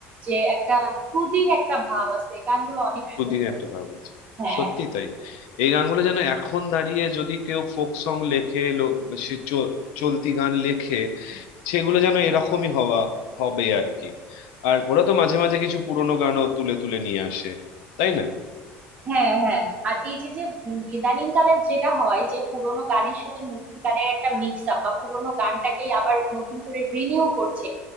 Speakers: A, on the right; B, on the left.
A: যে একটা সুদিং একটা ভাব আছে গানগুলো অনেক
B: সুদিন
A: সুন্দর
B: একটা ভাব আছে
A: হ্যাঁ
B: সত্যি তাই এই গানগুলো যেন এখন দাঁড়িয়ে যদি কেউ ফোক সং লেখে লো- সে চ- চলতি গান লেখে সেগুলো যেন এরকমই হওয়া হবে আর কি আর ওরা তো মাঝে মাঝে কিছু পুরোনো গানও তুলে তুলে নিয়ে আসে তাই না
A: হ্যাঁ হ্যাঁ আর এই যে যে উম ইদানিং কালের যেটা হয় যে পুরোনো গানের সাথে নতুন গানের একটা মিক্স আপ বা পুরোনো গানটাকেই আবার নতুন করে রিনিউ করছে